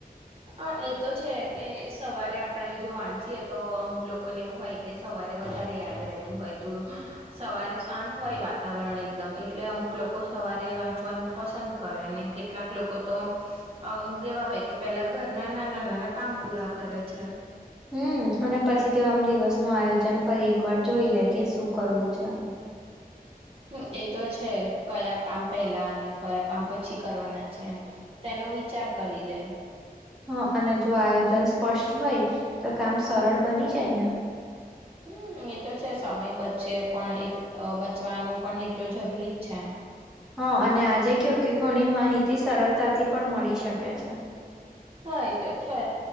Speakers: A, on the right; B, in the centre.
A: હ એ તો છે કે સવારે આપણે જો વાંચીએ તો અમુક લોકોને એવું હોય કે સવારે. વધ યાદ રહેતું હોય ત સવારે શાંત હોય વાતાવરણ એકદમ એટલે અમુક લોકો. સવારે વાંચવાનું પસંદ કરે અને કેટલાક લોકો તોમક એવા હોય કે. પેલા ઘરના નાના નાના કામ પૂરા કરે છે.
B: હમ અને પછી તે આમ દિવસ નું આયોજન ફરી એકવાર જોઈ લે કે શું કરવું છે. <unintelligible>
A: હ એ તો છે કયા કામ પેલા અને કયા કામ પછી કરવાના છે તેને. નો વિચાર કરી લે.
B: હા અને જો આયોજન સ્પષ્ટ હોય તો કામ સરળ બની જાયને.
A: હમ એ તો છે સમય બચશે પણ એ બચવાનું પણ એટલું જરૂરી જ છે આમ.
B: હા અને આજે કેવું કે ઘણી માહિતી સરળતાથી પણ મળી શકે છે.
A: હા તો છે